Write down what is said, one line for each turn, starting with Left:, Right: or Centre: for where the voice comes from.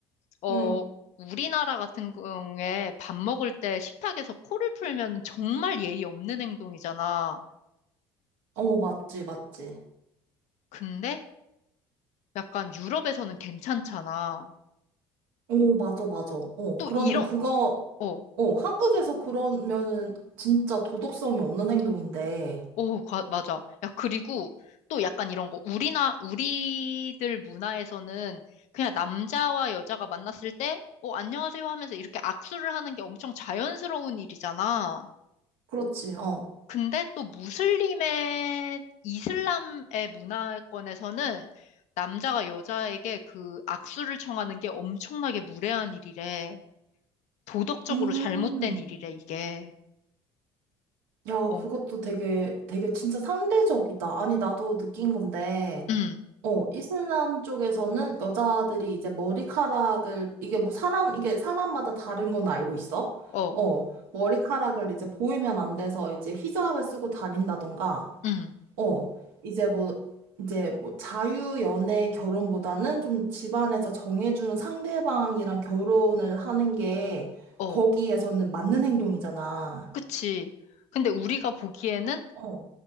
Left: 어,
Right: 응.
Left: 우리나라 같은 경우에 밥 먹을 때 식탁에서 코를 풀면 정말 예의 없는 행동이잖아.
Right: 어, 맞지, 맞지.
Left: 근데 약간 유럽에서는 괜찮잖아.
Right: 오, 맞아, 맞아. 어,
Left: 또
Right: 그러니까
Left: 이런,
Right: 그거,
Left: 어,
Right: 어, 한국에서 그러면은 진짜 도덕성이 없는 행동인데.
Left: 어, 가- 맞아. 야, 그리고 또 약간 이런 거. 우리나, 우리들 문화에서는 그냥 남자와 여자가 만났을 때, 어, 안녕하세요 하면서 이렇게 악수를 하는 게 엄청 자연스러운 일이잖아.
Right: 그렇지, 어.
Left: 근데 또 무슬림의, 이슬람의 문화권에서는 남자가 여자에게 그 악수를 청하는 게 엄청나게 무례한 일이래. 도덕적으로
Right: 음,
Left: 잘못된 일이래, 이게.
Right: 야,
Left: 어.
Right: 그것도 되게, 되게 진짜 상대적이다. 아니, 나도 느낀 건데.
Left: 음.
Right: 어, 이슬람 쪽에서는 여자들이 이제 머리카락을, 이게 뭐 사람, 이게 사람마다 다른 건 알고 있어?
Left: 어,
Right: 어, 머리카락을 이제 보이면 안 돼서 이제 히잡을 쓰고 다닌다던가,
Left: 응,
Right: 어, 이제 뭐, 이제 뭐 자유연애 결혼보다는 좀 집안에서 정해주는 상대방이랑 결혼을 하는 게
Left: 어,
Right: 거기에서는 맞는 행동이잖아.
Left: 그치. 근데 우리가 보기에는,
Right: 어.